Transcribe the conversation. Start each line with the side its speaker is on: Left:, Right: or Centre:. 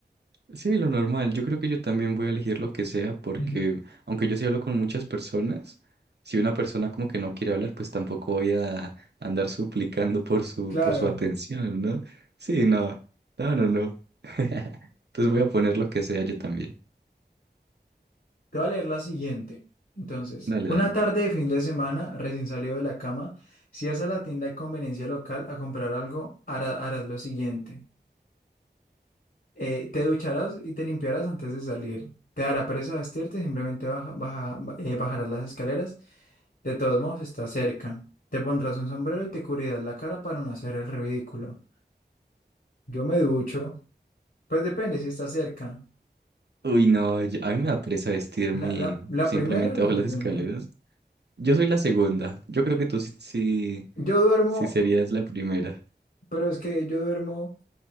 Right: Sí, lo normal. Yo creo que yo también voy a elegir lo que sea porque,
Left: Ujú.
Right: aunque yo sí hablo con muchas personas, si una persona como que no quiere hablar, pues tampoco voy a andar suplicando por su,
Left: Claro,
Right: por su atención, ¿no? Sí, no. No, no, no. <laughs> Entonces voy a poner lo que sea yo también.
Left: te voy a leer la siguiente. Entonces,
Right: Dale,
Left: una
Right: dale.
Left: tarde de fin de semana, recién salido de la cama, si vas a la tienda de conveniencia local a comprar algo, hará- harás lo siguiente. Eh, te ducharás y te limpiarás antes de salir. Te dará pereza vestirte, simplemente baja- baja- ba- eh, bajarás las escaleras De todos modos, está cerca. Te pondrás un sombrero y te cubrirás la cara para no hacer el ridículo. Yo me ducho. Pues depende si está cerca.
Right: Uy, no, yo- a mí me da pereza vestirme
Left: La,
Right: y
Left: la,
Right: simplemente
Left: la primera o la
Right: bajo
Left: segunda.
Right: las escaleras. Yo soy la segunda. Yo creo que tú sí, sí,
Left: Yo duermo,
Right: sí serías la primera.
Left: pero es que yo duermo